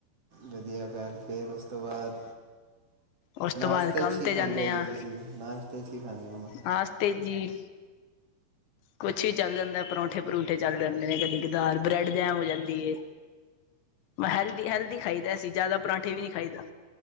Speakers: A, on the right; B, on the left.
A: ਵਧੀਆ ਗੱਲ ਇਹ ਫਿਰ ਉਸ ਤੋਂ ਬਾਅਦ?
B: ਉਸ
A: ਨਾਸ਼ਤੇ
B: ਤੋਂ ਬਾਅਦ ਕੰਮ
A: ਚ ਹੀ
B: ਤੇ
A: ਖਾਂਦੇ
B: ਜਾਂਦੇ
A: ਹੋ
B: ਹਾਂ
A: ਜੀ ਤੁਸੀਂ ਨਾਸ਼ਤੇ ਚ ਹੀ ਖਾਂਦੇ ਹੋ?
B: ਨਾਸ਼ਤੇ ਜੀ ਕੁਛ ਹੀ ਚੱਲ ਜਾਂਦਾ ਪਰੌਂਠੇ ਪਰੂਠੇ ਚੱਲ ਜਾਂਦੇ ਨੇ ਕਦੀ ਕਦਾਰ ਬ੍ਰੈਡ ਜੈਮ ਹੋ ਜਾਂਦੀ ਹੈ। ਮੈਂ ਹੈਲਦੀ ਹੈਲਦੀ ਖਾਈਦਾ ਅਸੀਂ ਜ਼ਿਆਦਾ ਪਰਾਂਠੇ ਵੀ ਨਹੀਂ ਖਾਈਦਾ।